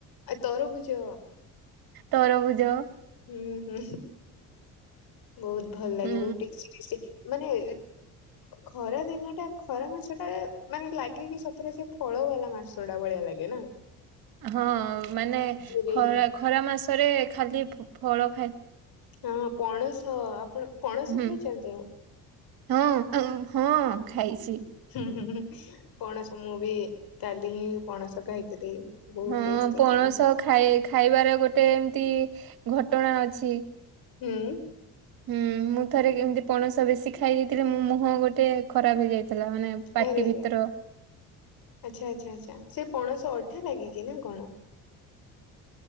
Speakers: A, on the left; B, on the right.
A: ଆଉ ତରୁଭୁଜ
B: ତରଭୁଜ।
A: ହୁଁ ହୁଁ ବହୁତ ଭଲ ଲାଗେ
B: ହୁଁ
A: ବହୁତ ଟେଷ୍ଟି ଟେଷ୍ଟି ମାନେ ଖରା ଦିନଟା ଖରା ମାସଟା ମାନେ ଲାଗିକି ସତରେ ସେ ଫଳ ବାଲା ମାସଟା ଭଳିଆ ଲାଗେ ନା।
B: ହଁ ମାନେ
A: ଖଜୁରୀ
B: ଖରା ଖରା ମାସରେ ଖାଲି ଫଳ ଖାଇ
A: ହଁ ପଣସ ଆପଣ ପଣସ
B: ହୁଁ
A: ଖାଇଛନ୍ତି?
B: ହଁ ହଁ ଖାଇଛି।
A: ହୁଁ ହୁଁ। ପଣସ ମୁଁ ବି କାଲି ହିଁ ପଣସ ଖାଇଥିଲି ବହୁତ
B: ହଁ
A: ଟେଷ୍ଟ
B: ପଣସ
A: ଥିଲା।
B: ଖାଇ ଖାଇବାର ଗୋଟେ ଏମିତି ଘଟଣା ଅଛି।
A: ହୁଁ।
B: ହୁଁ ମୁଁ ଥରେ କେମିତି ପଣସ ବେଶୀ ଖାଇ ଦେଇଥିଲି ମୋ ମୁହଁ ଗୋଟେ ଖରାପ ହେଇଯାଇଥିଲା ମାନେ ପାଟି
A: ଆରେ ଆରେ
B: ଭିତର।
A: ଆଚ୍ଛା ଆଚ୍ଛା ଆଚ୍ଛା ସେ ପଣଶ ଅଠା ଲାଗିକ କି ନା କଣ?